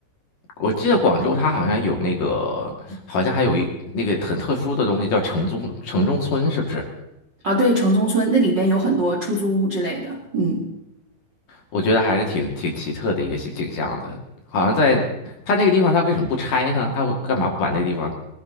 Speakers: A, on the left (about 50°); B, on the right (about 35°).
A: 我记得广州它好像有那个，好像还有一那个很特殊的东西叫城中城中村，是不是？
B: 啊，对，城中村那里边有很多出租屋之类的，嗯。
A: 我觉得还是挺挺奇特的一个景景象的，好像在它那个地方，它为什么不拆呢？它干嘛不把那个地方